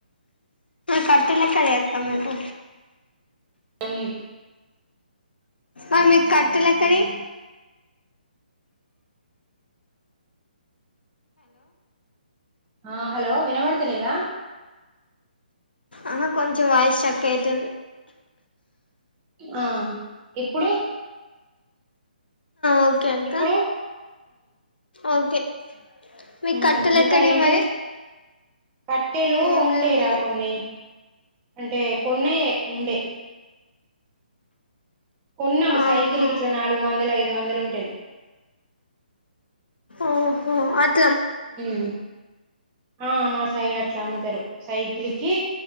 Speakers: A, on the left; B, on the right.
A: కట్ అయినాక చేత్తా మీకు
B: అన్నిటి
A: ఆ మీకు కట్టెలెక్కడియ్
B: ఆ హలో వినపడతలేదా
A: అహ కొంచం వాయస్ స్ట్రక్ అయతందీ
B: ఆ ఇప్పుడు
A: ఓకే అక్క
B: ఇప్పుడు
A: ఓకే మీకు
B: ఉ
A: కట్టెలు
B: ఇంకా
A: ఎక్కడివి
B: ఏంటిది
A: మరి
B: కట్టెలు
A: ఏం
B: ఉండేరా
A: లేదు మీ
B: కొన్ని అంటే కొన్నాయే ఉండే కొన్నము
A: ఆహా
B: సైకిల్ గిట్ల నాలుగు వందల ఐదు ఐదు వందలు ఉంటది
A: ఓహో అది
B: మ్ ఆ మా సైడ్ ఇట్లముతరు సైకిల్ కి